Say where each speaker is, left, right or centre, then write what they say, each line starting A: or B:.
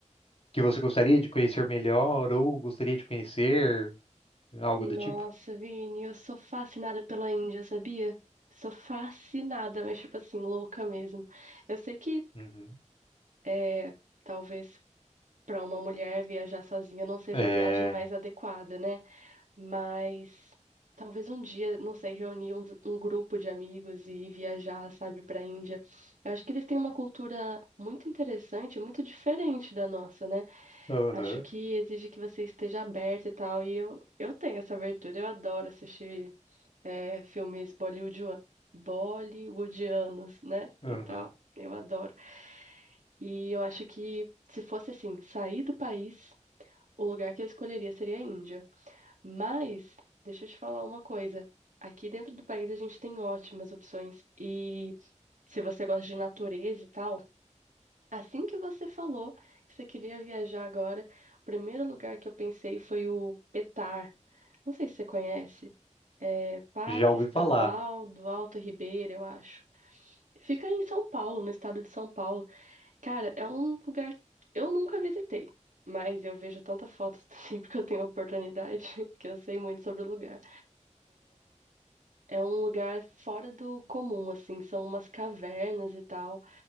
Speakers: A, on the left; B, on the right.
A: que você gostaria de conhecer melhor ou gostaria de conhecer, algo
B: Nossa,
A: do tipo?
B: Vini, eu sou fascinada pela Índia, sabia? Sou fascinada, mas tipo assim, louca mesmo. Eu sei que
A: Uhum.
B: é, talvez pra uma mulher viajar sozinha não seja
A: É.
B: a viagem mais adequada, né? Mas talvez um dia, não sei, reunir um, um grupo de amigos e ir viajar, sabe, pra Índia. Eu acho que eles têm uma cultura muito interessante, muito diferente da nossa, né?
A: Aham.
B: Acho que exige que você esteja aberta e tal. E eu, eu tenho essa abertura. Eu adoro assistir é, filmes bollywoodua- bollywoodianos, né?
A: Aham.
B: E tal. Eu adoro. E eu acho que se fosse assim, sair do país, o lugar que eu escolheria seria a Índia. Mas, deixa eu te falar uma coisa. Aqui dentro do país a gente tem ótimas opções. E se você gosta de natureza e tal. Assim que você falou que você queria viajar agora, o primeiro lugar que eu pensei foi o Petar. Não sei se você conhece. É Parque
A: Já ouvi
B: Estadual
A: falar.
B: do Alto Ribeiro, eu acho. Fica em São Paulo, no estado de São Paulo. Cara, é um lugar que eu nunca visitei, mas eu vejo tanta fotos <laughs> sempre que eu tenho oportunidade <laughs> que eu sei muito sobre o lugar. É um lugar fora do comum, assim, são umas cavernas e tal.